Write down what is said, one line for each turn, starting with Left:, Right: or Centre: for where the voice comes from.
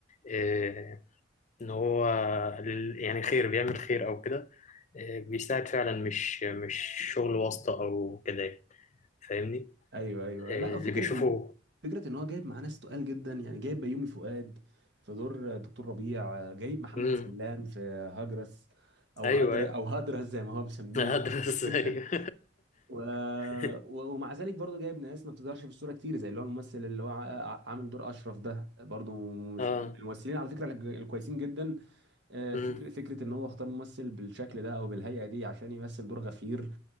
Left: آه، ان هو لل- يعني خير بيعمل خير او كده آه، بيساعد فعلا مش مش شغل واسطة او كده يعني فاهمني
Right: ايوه ايوه
Left: آه،
Right: لا فكره
Left: اللي بيشوفه
Right: ان هو فكره ان هو جايب معاه ناس تقال جدا يعني جايب بيومي فؤاد في دور دكتور ربيع جايب محمد
Left: امم
Right: سلام في هجرس او
Left: ايوه
Right: هدر
Left: ايوه
Right: او هدرس زي ما هو مسميه
Left: <laughs> هدرس
Right: <laughs>
Left: ايوه
Right: و...
Left: <laughs>
Right: و- ومع ذلك برضه جايب ناس ما بتظهرش في الصوره كتير زي اللي هو الممثل اللي هو ع- عامل دور اشرف ده برضه مش
Left: اه
Right: الممثلين على فكره الج- الكويسين جدا آه،
Left: امم
Right: فكره فكره ان هو اختار ممثل بالشكل ده او بالهيئه دي عشان يمثل دور غفير